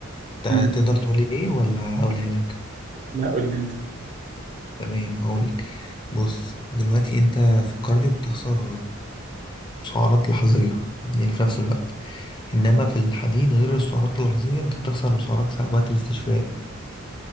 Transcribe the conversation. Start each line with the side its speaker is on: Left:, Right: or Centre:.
Left: تع-
Right: امم
Left: تقدر تقول لي ليه ولا اقولها لك
Right: لا قول لي انت
Left: تمام هقول لك بص دلوقتي انت في الكارديو بتخسر سعرات لحظية يعني في نفس الوقت إنما في الحديد غير السعرات اللحظية أنت بتخسر السعرات ساعة وقت الاستشفاء